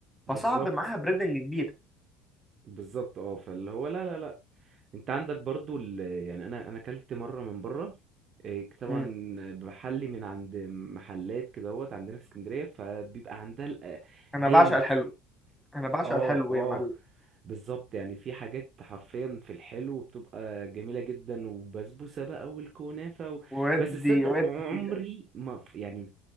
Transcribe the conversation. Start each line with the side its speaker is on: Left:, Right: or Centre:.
Right: بالظبط
Centre: فصعب معاها بريدنج كبير
Right: بالظبط اه فاللي هو لا لا لا انت عندك برضو ال... يعني انا انا اكلت مره من بره إيه، طبعا
Centre: مم.
Right: بحلي من عند محلات كدهوت عندنا في اسكندريه فبيبقى عندها الأ-
Centre: انا
Right: جامد
Centre: بعشق الحلو انا بعشق
Right: اه
Centre: الحلو
Right: اه
Centre: يا معلم
Right: بالظبط يعني في حاجات حرفيا في الحلو بتبقى جميله جدا وبسبوسه بقى والكنافه و...
Centre: ودي
Right: بس تصدق
Centre: ودي
Right: عمري ما ف- يعني